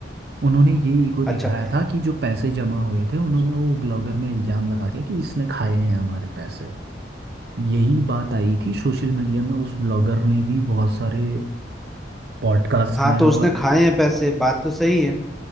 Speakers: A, on the right; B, in the centre.
A: उन्होंने ये ईगो
B: अच्छा
A: दिखाया था कि जो पैसे जमा हुए थे उन्होंने वो ब्लॉगर में इल्जाम लगा दिया कि इसने खाए हैं हमारे पैसे यही बात आई थी सोशल मीडिया में उस ब्लॉगर ने भी बहुत सारे पॉडकास्ट
B: हाँ
A: में
B: तो
A: और
B: उसने खाए हैं पैसे बात तो सही है